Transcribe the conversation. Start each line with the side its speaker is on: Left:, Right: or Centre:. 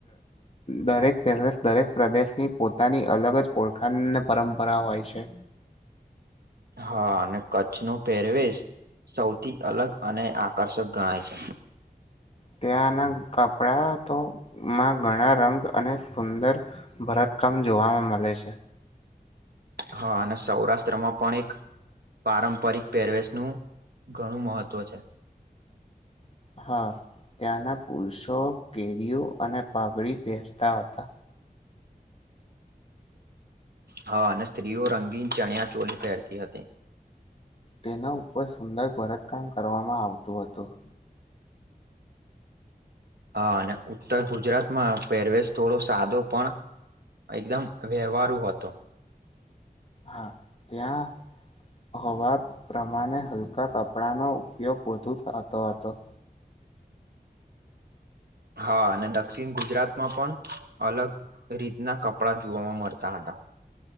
Left: દરેક પ્રેશ દરેક પ્રદેશની પોતાની અલગ જ ઓળખ. ખન પરંપરા હોય છે.
Right: હા, અને કચ્છ ન પેરવેશ સૌથી અલગ અને આકર્ષક ગણાય છે.
Left: ત્યાંના કપડા તો માં ઘણા રંગ અને સુંદર ભરતકામ જોવાવામાં મળે છે.
Right: હા અને સૌરાષ્ટ્રમાં પણ એક પારંપરિક પેરવેશ નું, ઘણું મહત્વ છે.
Left: હા, ત્યાંના પુરુષો કેરીઓ અને પાગડી પહેરતા હતા.
Right: હા અને સ્ત્રીઓ રંગીન ચણ્યા ચોલી પહેરતી હતી.
Left: તેના ઉપર સુંદર ભરતકામ કરવામાં આવતું હતું.
Right: હા અને ઉત્તર ગુજરાતમાં પહેરવેશ થોડો સાદો પણ એકદમ વ્યવહારું હતો.
Left: હા, ત્યાં હવા પ્રમાણે હલકા કપડાંનો ઉપયોગ વધુતો થતો હતો.
Right: હા, અને દક્ષિણ ગુજરાતમાં પણ અલગ રીતના કપડા જોવામાં મળતા હતા.